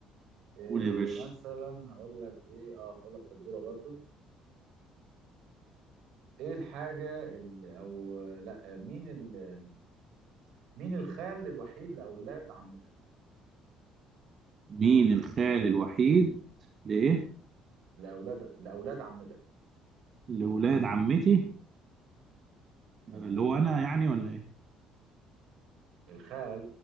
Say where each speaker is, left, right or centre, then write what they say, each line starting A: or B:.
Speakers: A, on the right; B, on the right.
A: إيه
B: قول يا باشا
A: مثلا هقول لك ايه اه هقول لك فزوره برضو ايه الحاجة ال- او لا مين ال... مين الخال الوحيد لاولاد عمتك
B: مين الخال الوحيد لايه
A: لاولاد لاولاد عمتك
B: لولاد عمتي آه،
A: مظبوط
B: اللي هو انا يعني ولا ايه
A: الخال